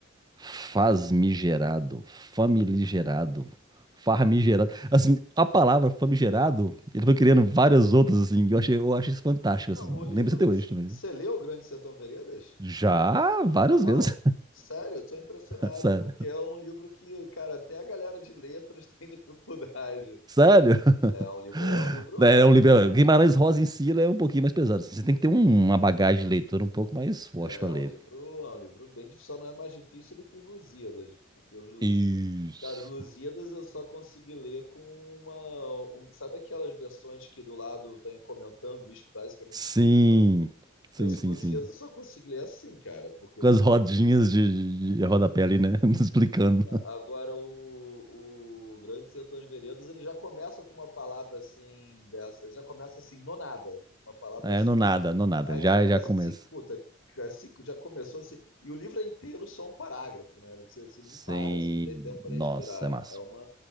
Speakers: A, on the right; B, on the left.
A: Fasmigerado, familigerado, farmigerado. Assim, a palavra famigerado, ele foi criando várias outras, assim. Eu achei, eu achei isso fantástico, assim.
B: Não, o livro,
A: Eu lembro isso até hoje também.
B: você leu O Grande Sertão Veredas?
A: Já várias
B: Uau!
A: vezes,
B: Sério, eu tô impressionado,
A: <laughs> sério.
B: porque é um livro que, cara, até a galera de letras <laughs> tem dificuldade.
A: Sério? <laughs>
B: É um livro, é um livro,
A: É
B: é um,
A: um livro. é, Guimarães Rosa em si ele é um pouquinho mais pesado. assim. Você tem que ter um- uma bagagem de leitura um pouco mais forte
B: é
A: para ler.
B: um livro, é um livro bem difícil, só não é mais difícil do que os Lusíadas, porque os Lusíadas,
A: Isso.
B: cara, os Lusíadas eu só consegui ler com uma, um- sabe aquelas versões que do lado vem comentando, isso basicamente
A: Sim,
B: explicando.
A: sim,
B: Eu sou
A: sim,
B: Lusíadas,
A: sim.
B: eu só consegui ler assim, cara, porque
A: Com as rodinhas de, de, de rodapé ali, né? <laughs> Explicando.
B: Agora, o, o Grande Sertão de Veredas, ele já começa com uma palavra assim, dessa, já começa assim, no nada, uma palavra
A: É,
B: só.
A: no nada, no nada.
B: Aí
A: Já,
B: tu já começa
A: já começa.
B: assim, puta, é assim, já começou assim, e o livro é inteiro só um parágrafo, né? Você, você
A: Sem.
B: não para, só tem tempo para
A: Nossa,
B: respirar.
A: é massa.
B: É uma,